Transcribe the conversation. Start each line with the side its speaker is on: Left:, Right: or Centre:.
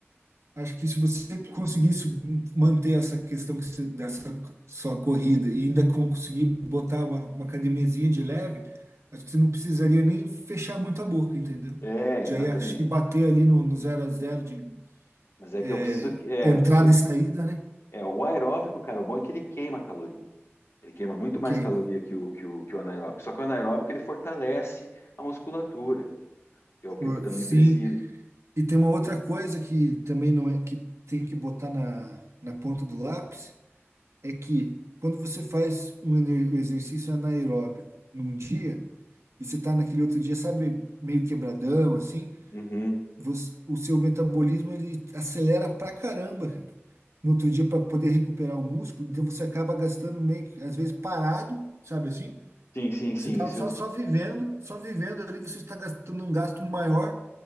Right: Acho que se você conseguisse manter essa questão que você- dessa sua corrida e ainda conseguir botar uma, uma academiazinha de leve, acho que você não precisaria nem fechar muito a boca, entendeu?
Left: É, exatamente.
Right: Já ia, acho que bater ali no, no zero a zero de
Left: Mas é
Right: é,
Left: que eu preciso, é,
Right: entrada
Left: eu preciso,
Right: e saída, né?
Left: é, o aeróbico, cara, o bom é que ele queima caloria. Ele queima muito mais
Right: Queima.
Left: caloria que o, que o, que o anaeróbico. Só que o anaeróbico ele fortalece a musculatura, que é o que
Right: Por-
Left: eu também
Right: Sim.
Left: preciso.
Right: E tem uma outra coisa que também não é que tem que botar na, na ponta do lápis, é que quando você faz um ener- um exercício anaeróbico num dia e você está naquele outro dia, sabe, meio quebradão, assim,
Left: Uhum.
Right: você- o seu metabolismo ele acelera pra caramba, cara. No outro dia para poder recuperar o músculo, então você acaba gastando meio que, às vezes, parado, sabe assim?
Left: Sim, sim, sim,
Right: Você tá
Left: isso
Right: só,
Left: eu
Right: só vivendo, só vivendo ali, você está gastando um gasto maior